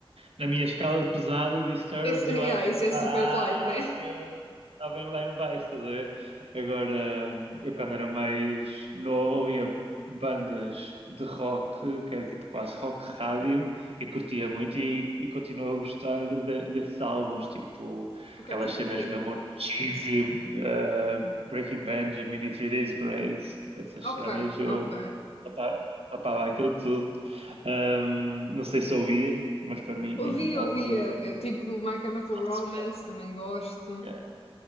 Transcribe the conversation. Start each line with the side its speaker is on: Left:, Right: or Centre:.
Right: na minha escala de pesado, o Disturbed
Left: Esse,
Right: eu acho
Left: yeah, isso
Right: que está
Left: é super light, né?
Right: eu- está bem lá em baixo, estás a ver? Agora, eu quando era mais novo ouvia bandas de rock, que era tipo quase rock rádio, e curtia muito e, e continuo a gostar de- desses álbuns, tipo
Left: Ok,
Right: aquelas
Left: tipo
Right: cenas
Left: o quê?
Right: mesmo cheesy, eh, Breaking Benjamin e Three Days Grace, tipo essas cenas,
Left: Ok,
Right: eu
Left: ok.
Right: papava, papava aquilo tudo. Um, não sei se ouvias, mas para mim
Left: Ouvi,
Right: tem alto
Left: ouvi, eh, eh, tipo My Chemical
Right: soft
Left: Romance,
Right: spot.
Left: também gosto.
Right: Yeah.